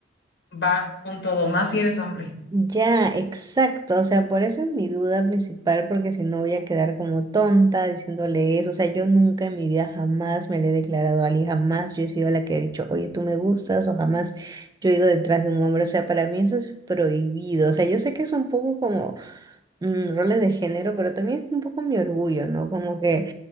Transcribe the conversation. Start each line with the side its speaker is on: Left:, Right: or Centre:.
Left: va con todo, más si eres hombre.
Right: Ya, exacto. O sea, por eso es mi duda principal, porque si no voy a quedar como tonta diciéndole eso. O sea, yo nunca en mi vida jamás me le he declarado a alguien, jamás yo he sido la que he dicho, oye, tú me gustas, o jamás yo he ido detrás de un hombre. O sea, para mí eso es prohibido. O sea, yo sé que es un poco como mm, roles de género, pero también es un poco mi orgullo, ¿no? Como que